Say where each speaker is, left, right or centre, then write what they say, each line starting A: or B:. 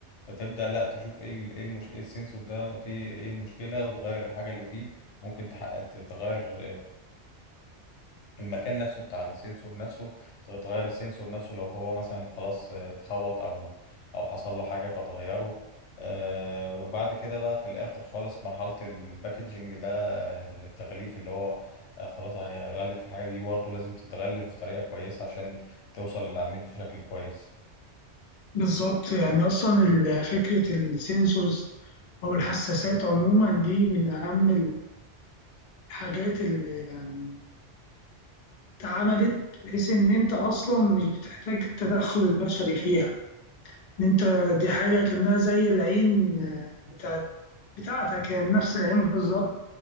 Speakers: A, on the left (about 80°); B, on the left (about 55°).
A: فتبدأ لا تشوف ايه ال- ايه المش... ايه السensor ده فيه ايه المشكلة وتغير الحاجة اللي فيه ممكن تحقق تغير المكان نفسه بتاع السنسور نفسه ت- تغير السنسور نفسه لو هو مثلا خلاص آه، اتخبط او او حصل له حاجه فتغيره آه، وبعد كده بقى في الاخر خالص مرحله الباكجينج ده آه، التغليف اللي هو آه، خلاص هيغلف الحاجه دي برضه لازم تتغلف بطريقه كويسه عشان توصل للعميل في شكل كويس
B: بالظبط يعني أصلا ال- فكرة السنسورز أو الحساسات عموما دي من أهم الحاجات اللي يعني اتعملت بحيث ان انت اصلا مش بتحتاج التدخل البشري فيها ان انت دي حاجه كانها زي العين آه، بتاع بتاعتك يعني نفس العين بالظبط